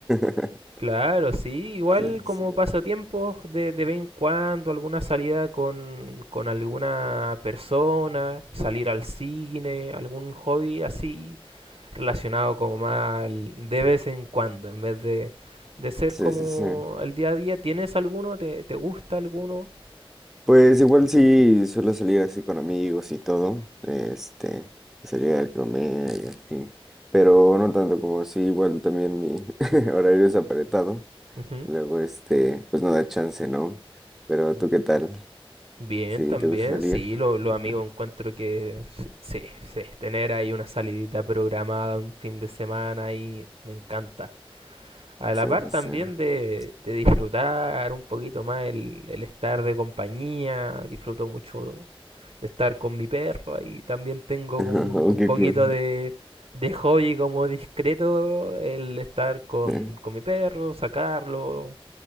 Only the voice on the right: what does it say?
Claro, sí, igual
como
pasatiempos de, de vez en cuando, alguna salida con, con alguna persona, salir al cine, algún hobby así relacionado como más al- de vez en cuando, en vez de, de ser
como
el día a día. ¿Tienes alguno? ¿Te, te gusta alguno?
Ujú.
Bien,
también,
sí, lo- los
amigos encuentro que s- sí, sí, tener ahí una salidita programada un fin de semana ahí me encanta. a la
par
también
de, de disfrutar un poquito más el, el estar de compañía, disfruto mucho de estar con mi perro, ahí también tengo
como un,
un
poquito
de, de hobby como discreto el estar con,
con mi perro, sacarlo,